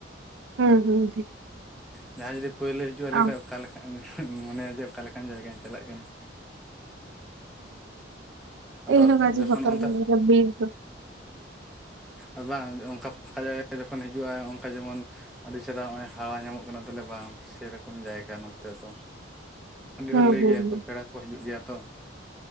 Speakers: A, on the right; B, in the centre.
A: ᱦᱩᱸ ᱦᱩᱸ
B: ᱡᱟᱦᱟᱭ ᱡᱩᱫᱤ ᱯᱟᱹᱭᱞᱟᱹ ᱦᱤᱡᱩᱜᱼᱟᱭ
A: ᱦᱩᱸ
B: ᱞᱟᱹᱭᱮ ᱫᱟ ᱚᱠᱟ ᱞᱮᱠᱷᱟᱡ ᱮᱢ ᱢᱚᱱᱮᱭᱟ ᱡᱮ ᱚᱠᱟ ᱞᱮᱠᱟᱱ ᱡᱟᱭᱜᱟᱧ ᱪᱟᱞᱟᱜ ᱠᱟᱱᱟ᱾
A: ᱦᱮ
B: ᱟᱫᱚ
A: ᱤᱧ ᱦᱚ ᱠᱟᱡᱮ
B: ᱡᱚᱠᱷᱚᱱ
A: ᱵᱚᱛᱚᱨ
B: ᱚᱱᱛᱮ
A: ᱜᱮᱧ ᱵᱩᱡᱷᱟᱹᱣ-ᱟ ᱵᱤᱨ ᱫᱚ
B: ᱟᱨ ᱵᱟᱝ ᱚᱝᱠᱟ ᱯᱷᱟᱠᱟ ᱡᱟᱭᱜᱟ ᱨᱮ ᱡᱚᱠᱷᱚᱱ ᱦᱤᱡᱩᱜ-ᱟ ᱚᱝᱠᱟ ᱡᱮᱢᱚᱱ ᱟᱹᱰᱤ ᱪᱮᱨᱦᱟ ᱦᱚᱜᱼᱚᱭ ᱦᱟᱣᱟ ᱧᱟᱢᱚᱜ ᱠᱟᱱᱟ ᱛᱟᱦᱞᱮ ᱵᱟᱝ ᱥᱮᱨᱚᱠᱚᱢ ᱡᱟᱭᱜᱟ ᱱᱚᱛᱮ ᱫᱚ᱾
A: <inaudible>
B: ᱟᱹᱰᱤ ᱦᱚᱲ ᱞᱟᱹᱭ
A: ᱦᱩᱸ
B: ᱜᱮᱭᱟ
A: ᱦᱩᱸ
B: ᱠᱚ ᱯᱮᱲᱟ ᱠᱚ ᱦᱤᱡᱩᱜ ᱜᱮᱭᱟ ᱛᱚ